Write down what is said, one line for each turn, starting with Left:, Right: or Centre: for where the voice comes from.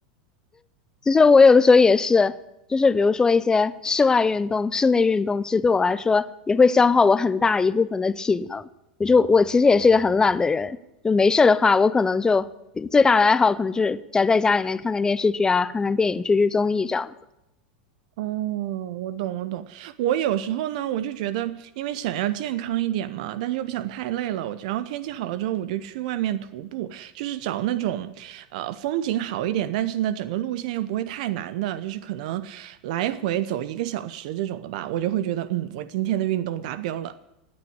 Left: 其实我有的时候也是，就是比如说一些室外运动、室内运动，其实对我来说也会消耗我很大一部分的体能。我就我其实也是一个很懒的人，就没事儿的话，我可能就最大的爱好可能就是宅在家里面看看电视剧啊，看看电影、追追综艺这样子。
Right: <laughs> 哦，我懂，我懂。我有时候呢，我就觉得，因为想要健康一点嘛，但是又不想太累了，我然后天气好了之后，我就去外面徒步，就是找那种，呃，风景好一点，但是呢，整个路线又不会太难的，就是可能来回走一个小时这种的吧，我就会觉得，嗯，我今天的运动达标了。